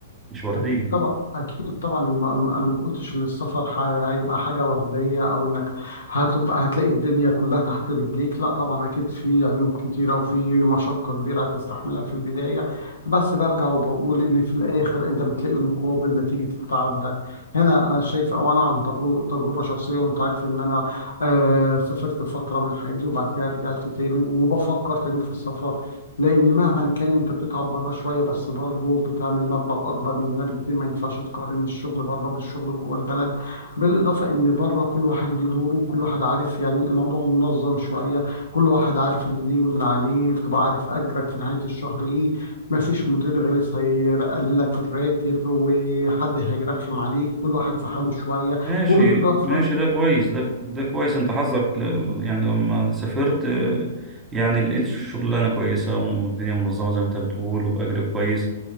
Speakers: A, on the right; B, on the left.
A: مش وردية
B: أكيد طبعا أكيد طبعا الم- الم- أنا ما قلتش إن السفر ح- هيبقى حاجة وردية أو إنك هتبقى هتلاقي الدنيا كلها تحت رجليك لا طبعا أكيد في عيوب كتيرة وفي مشقة كبيرة هتستحملها في البداية بس برجع وبقول إن في الآخر أنت بتلاقي مقابل نتيجة التعب ده هنا أنا شايف أو أنا عن تجر- تجربة شخصية وأنت عارف إن أنا آه سافرت فترة من حياتي وبعد كده رجعت تاني وبفكر تاني في السفر لان مهما كان انت بتتعب بره شويه بس برضه بتعمل مبلغ اكبر من هنا بكتير ما ينفعش تقارن الشغل بره بالشغل جوه البلد بالاضافه ان بره كل واحد له دوره كل واحد عارف يعني الموضوع منظم شويه كل واحد عارف اللي ليه واللي عليه بتبقى عارف اجرك في نهايه الشهر ايه ما فيش مدير غلس هيقللك الراتب وحد هيرخم عليك كل
A: <clears throat>
B: واحد في حاله شويه
A: ماشي
B: وبالاضافه
A: ماشي ده كويس ده ده كويس انت حظك ل- يعني لما سافرت آه، يعني لقيت شغلانه كويسه والدنيا منظمه زي ما انت بتقول وباجر كويس